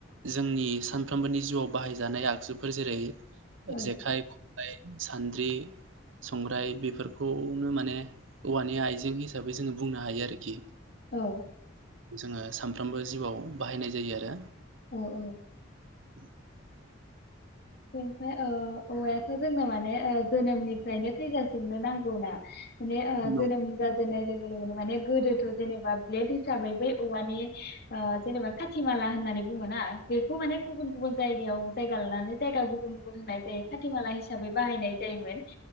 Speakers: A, on the right; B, on the left.
A: जोंनि सानफ्रोमबोनि जिउआव बाहायजानाय आगजुफोर जेरै
B: औ
A: जेखाय सानद्रि, संग्राय बेफोर खौनो माने औवानि आइजें हिसाबै जोङो बुंनो हायो आरोखि।
B: औ।
A: जोङो सानफ्रोमबो जिउआव बाहायनाय जायो आरो।
B: औ औ।
A: <inaudible>
B: बेनिफ्राय ओ औवायाथ जोंनो माने ओ जोनोमनिफ्रायनो थैजासिमनो नांगौना। माने ओ
A: नंगौ
B: जोनोम जाजे जेननाय लोगो लोगोनो माने गोदोथ जेनेबा ब्लेड हिसाबै बै औवानि ओ जेनेबा खाथि माला होननानै बुङो ना बेखौ माने गुबुन गुबुन जायगायाव जायगा लानानै जायगा गुबुन गुबुन होनाय जायो खाथिमाला हिसाबै बाहायनाय जायोमोन।